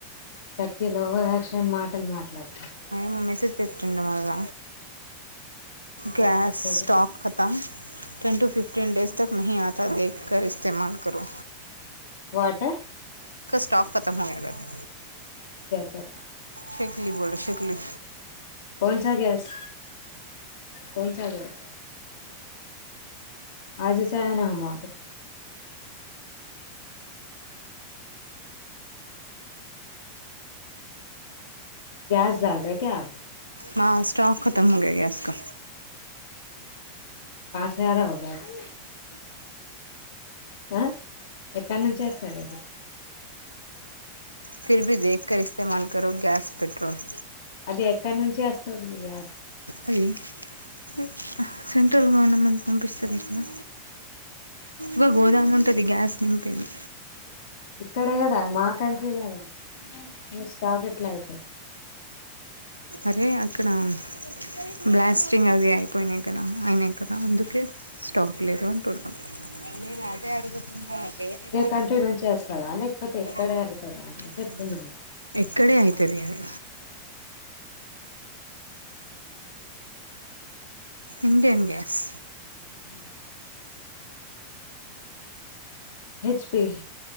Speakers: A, on the left; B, on the right.
A: షకీల్ ఓవరాక్షన్ మాటలు మాట్లాడుతడు
B: ఊ మెసేజ్ పెట్టిండు వల్ల గ్యాస్
A: ఏం మెసేజ్
B: స్టాక్ కతం టెన్ టూ ఫిఫ్టీన్ డేస్ తక్ నహీ ఆత దేక్ కర్ ఇస్తేమాల్ కరో
A: వాటే
B: స్స్టాక్ కతం హోయెగతి
A: దగ్గు
B: శక్లి బోల్డ్ శక్లి
A: కొన్స గ్యాస్ కొన్స గ్యాస్ ఆజచాహెనా హమ్ ఆప్కో గ్యాస్ డాల్ రే క్యా ఆప్
B: మా స్టాక్ తమ్ముడే ఏస్కో
A: కాపారావో గ్యాస్ ఆ ఎక్కడి నుంచి అస్తది అది
B: ఫిర్ బీ దేక్ కర్ ఇస్తేమాల కరో గ్యాస్ పెట్రోల్
A: అది ఎక్కడి నుంచి వస్తది గ్యాస్
B: అది ఎ సెంట్రల్ గవర్నమెట్ పంపిస్తది కదా గా గోదాము ఉంటది గ్యాస్ నింపేది
A: ఇక్కడే కదా మా కంట్రీ కదా మీ స్టాక్ ఎట్లా అయిప
B: అరే అక్కడ బ్లాస్టింగ్ అది అయిపోయినాయి కదా అయినా కదా అందుకే స్టాక్ లేదు అంటున్నా. నేను అదే అడుగుతున్నా వేరే పార్టీ
A: కంట్రీ నుంచి వస్తదా లేకపోతే ఇక్కడే
B: <inaudible>
A: అయితదా అని చెప్తున్నాను
B: ఇక్కడే అయితది అది ఇండియన్ గ్యాస్
A: హుమ్ హెచ్ పి